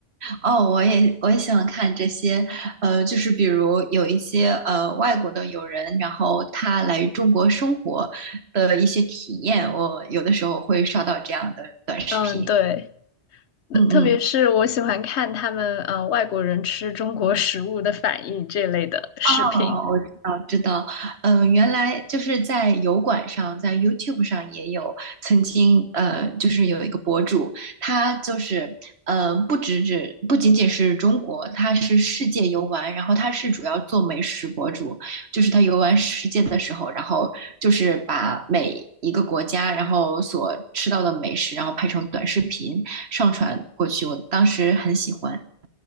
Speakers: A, on the right; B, on the left.
A: 哦，我也我也喜欢看这些，呃，就是比如有一些呃外国的友人，然后他来中国生活的一些体验，我有的时候会刷到这样的短视频。
B: 嗯，对，那特别是我喜欢看他们呃外国人吃中国食物的反应这类的视频。
A: 嗯嗯。哦，我知道，知道，嗯、原来就是在油管上，在 YouTube 上也有曾经，呃，就是有一个博主，他就是，呃，不只只不仅仅是中国，他是世界游玩，然后他是主要做美食博主，就是他游玩世界的时候，然后就是把每一个国家，然后所吃到的美食，然后拍成短视频上传过去，我当时很喜欢。